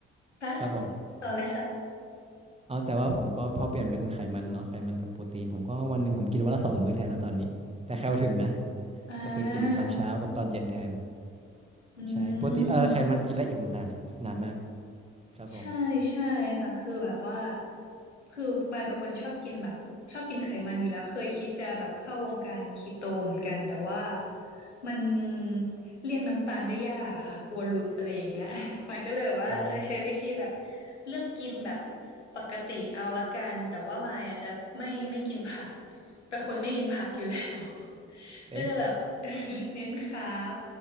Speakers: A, on the left (about 85°); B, on the right (about 20°).
A: คะ
B: ครับผม
A: ต่อเลยค่ะ
B: อ๋อแต่ว่าผมก็พอเปลี่ยนเป็นไขมันเนาะไขมันกับโปรตีนผมก็วันหนึ่งผมกินวันละสองมื้อแทนแล้วตอนนี้แต่แคลถึงนะ
A: อ่า
B: ก็คือกินตอนเช้ากับตอนเย็นแทน
A: อื
B: ใช่โปกตนเออไขมันกินแล้วอิ่มนานนานมาก
A: ม
B: ครับผม
A: ใช่ใช่ค่ะคือแบบว่าคือปายเป็นคนชอบกินแบบชอบกินไขมันอยู่แล้วเคยคิดจะแบบเข้าวงการคีโตเหมือนกันแต่ว่ามันเลี่ยงน้ำตาลได้ยากอะค่ะกลัวหลุดอะไรอย่างเงี้ย <laughs> ปายก็เลยแบบว่าเออใช้วิธีแบบ
B: อ๋อ
A: เลือกกินแบบปกติเอาละกันแต่ว่าปายอาจจะไม่ไม่กินผักเป็นคนไม่กินผักอยู่แล้ว <laughs>
B: เอ๊ะ
A: ก็จะแบบ <laughs> เน้นคาร์บ